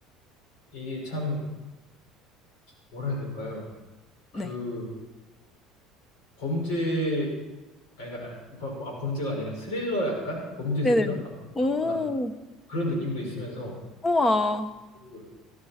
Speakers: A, on the left; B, on the left.
A: 이게 참 뭐라 해야 될까요? 그
B: 네.
A: 범죄 아니, 그러니까, 아, 범- 아, 범죄가 아니라 스릴러 약간? 범죄
B: 네네네.
A: 스릴러? 아,
B: 오,
A: 맞구나. 그런 느낌도 있으면서,
B: 우와.
A: 그